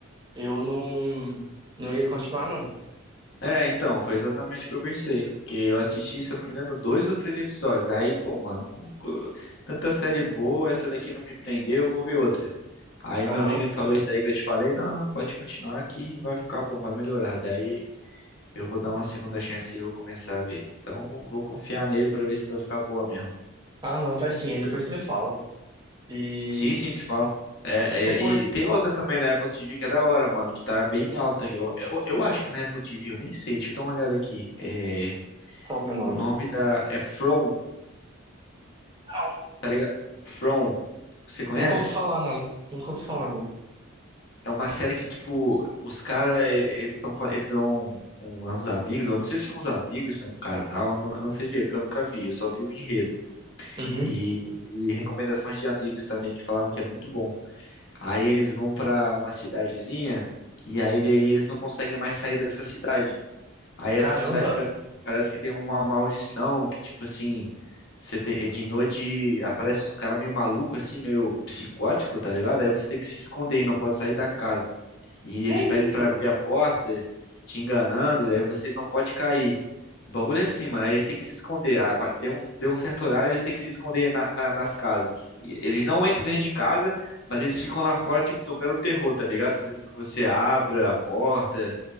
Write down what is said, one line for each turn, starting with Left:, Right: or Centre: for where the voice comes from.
Right: eu não, não ia continuar, não.
Left: É, então, foi exatamente o que eu pensei. Porque eu assisti, se eu não me engano, dois ou três episódios. Aí, pô, mano, um co- tanta série boa, essa daqui não me prendeu, eu vou ver outra. Aí
Right: Aham.
Left: meu amigo falou isso aí que eu te falei. Não, não, pode continuar que vai ficar bom, vai melhorar. Daí eu vou dar uma segunda chance e vou começar a ver. Então vou, vou confiar nele pra ver se vai ficar boa mesmo.
Right: Ah, não, vai sim, aí depois você me fala. E
Left: Sim, sim, te falo. Hum, É,
Right: você curte
Left: é, e tem outra também na Apple TV que é da hora, mano, que tá bem alta. Eu, eu, eu acho que na Apple TV, eu nem sei, deixa eu dar uma olhada aqui. É,
Right: qual que é o nome?
Left: O nome da. É From,
Right: Não,
Left: tá ligado? From. Você conhece?
Right: nunca ouvi falar, não. Nunca ouvi falar, não.
Left: É uma série que, tipo, os caras, eles estão. Eles são um- uns amigos, eu não sei se são uns amigos, se é um casal, eu não, eu não sei direito, porque eu nunca vi, eu só vi o enredo.
Right: Uhum.
Left: E, e recomendações de amigos também que falaram que é muito bom. Aí eles vão pra uma cidadezinha e aí daí eles não conseguem mais sair dessa cidade. Aí essa
Right: Caramba,
Left: cidade parece, parece que tem uma maldição que, tipo assim, você te- de noite aparecem uns caras meio maluco assim, meio psicótico, tá ligado? Aí você tem que se esconder e não pode sair da casa. E
Right: que
Left: eles pedem
Right: isso?
Left: pra abrir a porta, te enganando, e aí você não pode cair. O bagulho é assim, mano. Aí eles têm que se esconder. Ah, pa- Deu um, deu um certo horário, eles têm que se esconder na- na- nas casas. E eles não entram dentro de casa, mas eles ficam lá fora, tipo, tocando terror, tá ligado? Fazendo que você abra a porta.